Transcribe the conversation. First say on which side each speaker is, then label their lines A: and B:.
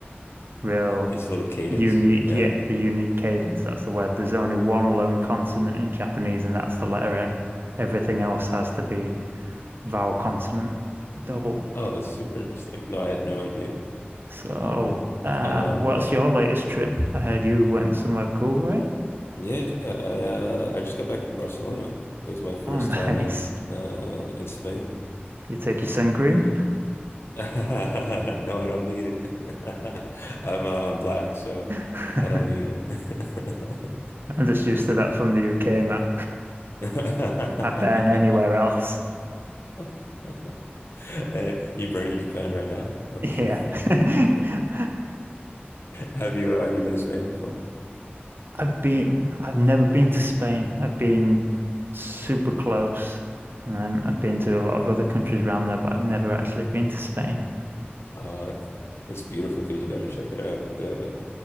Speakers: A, on the right; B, on the left.
A: real
B: It's a little cadence.
A: unique,
B: Yeah.
A: yeah, the unique cadence. That's the word. There's only one lone consonant in Japanese, and that's the letter N. Everything else has to be vowel consonant double.
B: Oh, that's super interesting. No, I had no idea.
A: So, uh,
B: Um,
A: what's your latest trip? I heard you went somewhere cool, right?
B: yeah, I uh, I just got back from Barcelona. It was my first
A: Oh, <laughs>
B: time
A: nice.
B: in uh in Spain.
A: You take your sun cream?
B: Yeah. <laughs> No, I don't need it. <laughs> I'm uh, I'm black, so
A: <laughs>
B: I don't need it.
A: I'm just used to that from the UK, man.
B: <laughs>
A: I burn anywhere
B: But um
A: else.
B: <laughs> <laughs> Uh, you burning Japan right now? I'm
A: Yeah.
B: sure. <laughs>
A: <laughs>
B: Have you uh, have you been to Spain before?
A: I've been, I've never been to Spain. I've been super close, and then I've been to a lot of other countries around there, but I've never actually been to Spain.
B: Uh, it's beautiful, dude. You got to check it out. Uh,